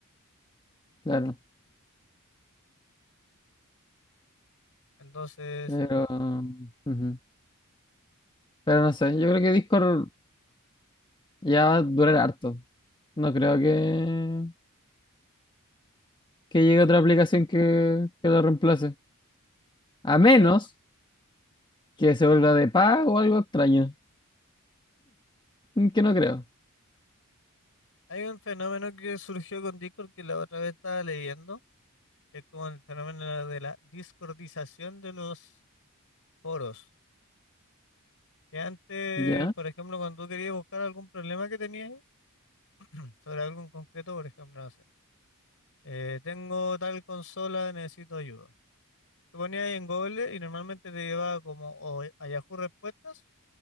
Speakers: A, on the left (about 20°); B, on the left (about 65°).
A: claro.
B: Entonces,
A: Pero,
B: sí, po.
A: ujú. Pero no sé, yo creo que Discord ya va a durar harto. No creo que... que llegue otra aplicación que, que la reemplace. A menos
B: Hay,
A: que se vuelva de pago o algo extraño, mm, que no creo.
B: hay un fenómeno que surgió con Discord que la otra vez estaba leyendo, que es como el fenómeno de la discordización de los foros. Que antes,
A: ¿Ya?
B: por ejemplo, cuando tú querías buscar algún problema que tenías <clears throat> sobre algo en concreto, por ejemplo, no sé, eh, tengo tal consola, necesito ayuda. Te ponías ahí en Google y normalmente te llevaba como o a Yahoo Respuestas